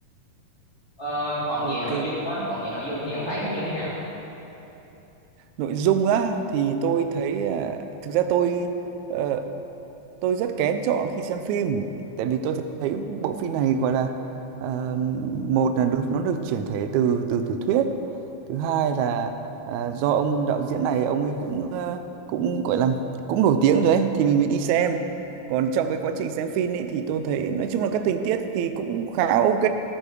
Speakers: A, on the left (about 25°); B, on the right (about 75°).
A: Ờ, còn
B: ok
A: về nội dung á còn về nội dung thì ông thấy nó như thế nào
B: nội dung á thì tôi thấy à, thực ra tôi ờ, tôi rất kén chọn khi xem phim tại vì tôi thấy bộ phim này gọi là ờ, một là được, nó được chuyển thể từ từ tiểu thuyết thứ hai là à, do ông đạo diễn này ông ấy cũng ờ, cũng gọi là cũng nổi tiếng rồi ấy, thì mình mới đi xem còn trong cái quá trình xem phim ấy, thì tôi thấy nói chung là các tình tiết thì cũng khá ok